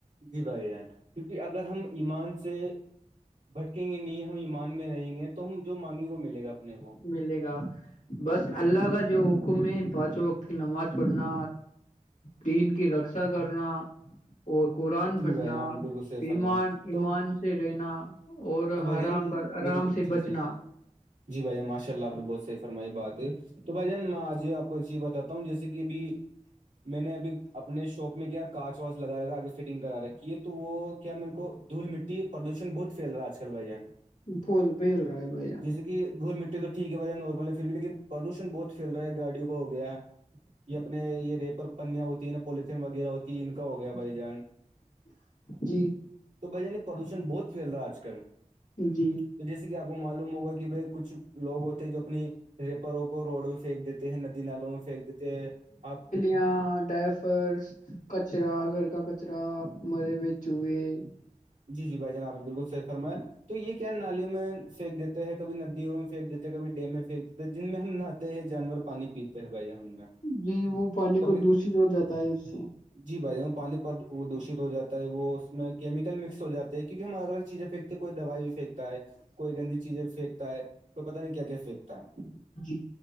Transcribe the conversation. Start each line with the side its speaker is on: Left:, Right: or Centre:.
Right: جی بھائی جان کیونکہ اگر ہم ایمان سے بھٹکیں گے نہیں ہم ایمان میں رہیں گے تو ہم جو مانگیں گے وہ ملے گا اپنے کو
Left: ملے گا بس اللہ کا جو حکم ہے پانچوں وقت کی نماز پڑھنا دین کی رکشا کرنا اور قرآن پھٹنا
Right: جی بھائی آپ نے بالکل صحیح
Left: ایمان
Right: فرمایا
Left: ایمان
Right: تو
Left: سے رہنا اور
Right: تو بھائی
Left: آرام
Right: جان
Left: کا
Right: میری
Left: آرام سے
Right: جی جی
Left: بچنا
Right: جی جی بھائی جان ماشاء اللہ آپ نے بہت صحی فرمائی بات ہے تو بھائی جان میں آج آپ کو سی بتاتا ہوں جیسے کہ ابھی میں نے ابھی اپنے شاپ میں کیا کاانچ واچ لگا رکھا آگے فٹنگ کرا رکھی ہے تو وہ کیا میرے کو دھول مٹی پردوشن بہت فھیل رہا آج کل بھائی ج
Left: بھول بل رہا ہے بھیا
Right: جیسے کہ گھول مٹی تو ٹھیک ہے وجہ نارمل ہے پھر بھی لیکن پالوشن بہت پھی رہا ہے گاڑیوں کو ہو گ ہے یہ اپنے یہ ریپر پنیاں ہوتی ہیں نا پولیتن وغیرہ ہوتی ہے ان کا ہو گیا بھائی جان
Left: جی <inaudible>
Right: تو بھائی جانینی پردوشن بہت پھیل رہا آج کل
Left: جی
Right: تو جیسے کہ آپ کو معلوم ہوگا کہ بھائی کچھ لوگ ہوتے جو اپنی ریپروں کو روڈ و پھینک دیتے ہیں ندی نالوں میں پھینک دیتے ہیں آپ
Left: یاں ڈفرس کچرا گھر کا کچرا مرے بیچوئے <unintelligible>
Right: جی جی بھائی جان آپ نے بالکل صحیح فرمایں تو یہ کیا نالیوں میں پھینک دیتے ہیں کبھی ندیوں میں پھینک دیتے ہیں کبھی ڈیم میں پھینک دیتے جن میں ہم نہاتے ہیں جانور پانی پیتے ہیں بھائی ہم ان میں
Left: جی وہ پانی
Right: کبھی
Left: کو دشت ہو جاتا ہے اس سے
Right: جی بھائی پانی پر وہ دشت ہو جاتا وہ اس میں کیمیکل مکس ہو جات ہے کیونکہ ہم الگ الگ چیزیں پھینکتے ہیں کوئی دوائی بھی پھییکتا ہے کوئی گندی چیزیں پھینکتا ہے کوئی پتاہ نہیں کیا کیا پھینکتا ہے
Left: جی